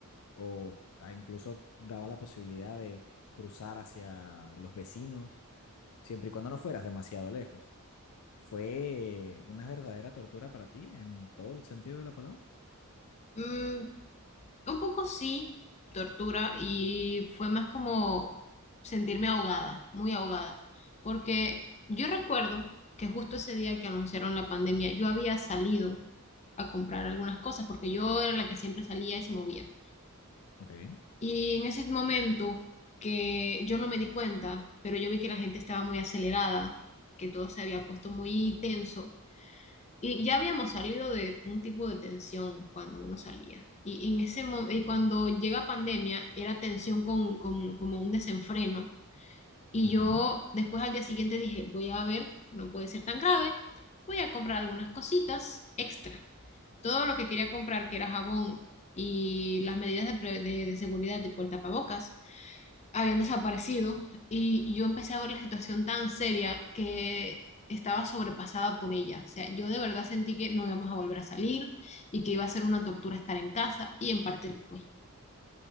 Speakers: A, on the left (about 80°); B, on the left (about 30°).
A: o a incluso daba la posibilidad de cruzar hacia los vecinos, siempre y cuando no fueras demasiado lejos fue una verdadera tortura para ti en todo el sentido de la palabra.
B: Mm, un poco sí, tortura, y fue más como sentirme ahogada, muy ahogada, porque yo recuerdo que justo ese día que anunciaron la pandemia, yo había salido a comprar algunas cosas, porque yo era la que siempre salía y se movía.
A: Ok.
B: Y en ese momento que yo no me di cuenta, pero yo vi que la gente estaba muy acelerada, que todo se había puesto muy tenso Y ya habíamos salido de un tipo de tensión cuando uno salía. Y en ese mo- y cuando llega pandemia, era tensión con, con- como un desenfreno. Y
A: Ujú.
B: yo después al día siguiente dije, voy a ver, no puede ser tan grave, voy a comprar algunas cositas extra. Todo lo que quería comprar, que era jabón y las medidas de, pre- de- de seguridad, tipo el tapabocas, habían desaparecido y yo empecé a ver la situación tan seria que estaba sobrepasada por ella. O sea, yo de verdad sentí que no íbamos a volver a salir y que iba a ser una tortura estar en casa y en parte lo fue.